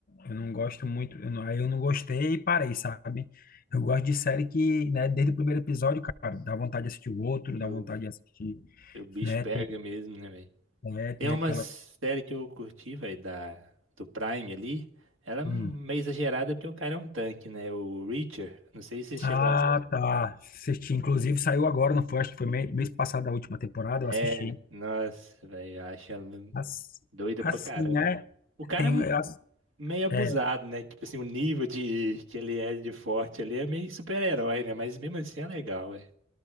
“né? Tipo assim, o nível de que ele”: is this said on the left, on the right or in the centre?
Right